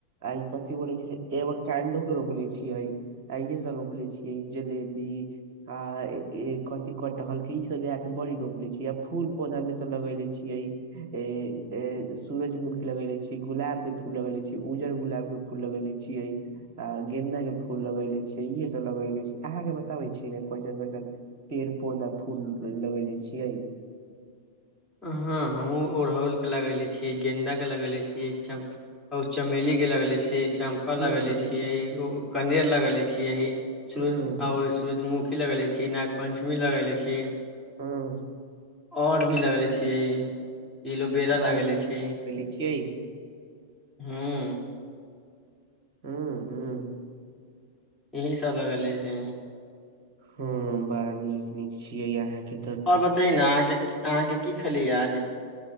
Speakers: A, on the right; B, in the centre.
A: आ ई कथी बोले छै एगो कंडो के रोपले छियै आँ ये सब रोपले छियै जलेबी आ कथी कटहल के इ सब गाछ बड़ी रोपले छियै आ फूल पौधामे ते लगेेले छियै ऐं-ए सूरजमुखी लगेेले छी गुलाब के फूल लगेेले छी उजर गुलाब के फुल ल गेले छियै आ गेंन्दाक के फूल लगेले छियै इहे सभ लगेले छियै अहाँके बताबै छी ने कैसन कैसन पेड़ पौधा फूल लगेेले छियै
B: हाँ हमहूँ ओड़हुलके लगेले छियै गेंन्दाके लगैले छियै चम- -ली के लगैले छियै चम -
A: हम्म
B: लगेले छियै ओ कनेर लगेले छियै सूरज-
A: हम्म
B: आओर सूर्यमु- -खी लगेले छियै नागपञ्चमी लगैले छियै
A: हाँ
B: आओर भी लगैले छियै एलोवेरा
A: बड़ा
B: लगैले
A: नीक
B: छियै
A: नीक लगेले छियै
B: हूँ
A: हूँ हूँ
B: इही सब लगले छै
A: हूँ बड़ा नीक नीक छियै अहाँके
B: आओर बतेय न अहाँके अहाँके की खेली आज